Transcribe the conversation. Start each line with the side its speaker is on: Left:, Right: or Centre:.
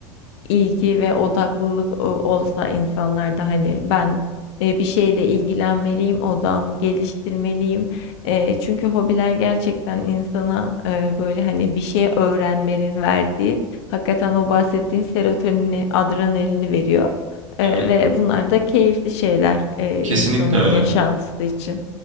Left: ilgi ve odaklılık o- olsa insanlarda hani ben e, bir şeyle ilgilenmeliyim, odağımı geliştirmeliyim. E, çünkü hobiler gerçekten insana e, böyle hani bir şey öğrenmenin verdiği hakikaten o bahsettiğin serotonini, adrenalini veriyor. E,
Right: Evet,
Left: ve bunlar da keyifli şeyler e,
Right: kesinlikle
Left: insanın
Right: öyle.
Left: yaşantısı için.